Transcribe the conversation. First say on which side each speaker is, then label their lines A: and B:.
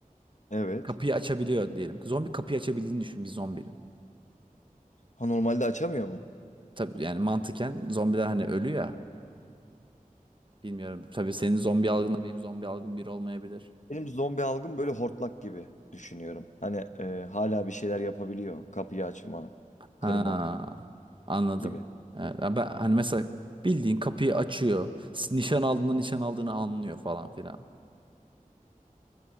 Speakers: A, on the left; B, on the right.
A: Evet.
B: Kapıyı açabiliyor diyelim. Zombi kapıyı açabildiğini düşün bir zombinin.
A: Ha normalde açamıyor mu?
B: Tabii yani mantıken zombiler hani ölü ya. Bilmiyorum. Tabii senin zombi algınla benim zombi algım bir olmayabilir.
A: Benim zombi algım böyle hortlak gibi düşünüyorum. Hani e, hala bir şeyler yapabiliyor. Kapıyı açma,
B: Ha,
A: kırma
B: anladım.
A: gibi.
B: Evet, ben hani mesela bildiğin kapıyı açıyor. s- Nişan aldığında nişan aldığını anlıyor falan filan.